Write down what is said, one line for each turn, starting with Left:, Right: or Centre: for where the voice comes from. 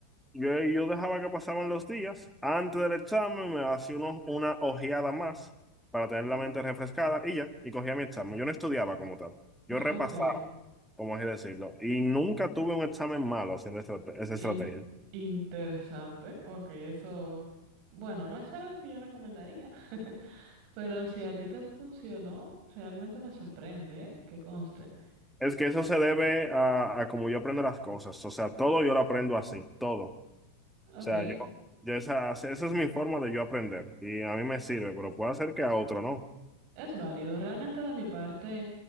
Centre: yo, yo dejaba que pasaban los días. Antes del examen me hacía unos- una ojeada más para tener la mente refrescada y ya, y cogía mi examen. Yo no estudiaba como tal. Yo repasaba,
Right: ok.
Centre: como así decirlo. Y nunca tuve un examen malo haciendo estrate- esa
Right: In-
Centre: estrategia.
Right: interesante. Ok, eso, bueno, no es algo que yo recomendaría, <laughs> pero si a ti te funcionó, realmente me sorprende, ¿eh? Que conste.
Centre: Es que eso se debe a, a como yo aprendo las cosas. O sea, todo yo lo aprendo así, todo. O
Right: Ok.
Centre: sea, yo, yo esa, esa es mi forma de yo aprender. Y a mí me sirve, pero puede ser que a otro no.
Right: Es válido. Realmente de mi parte,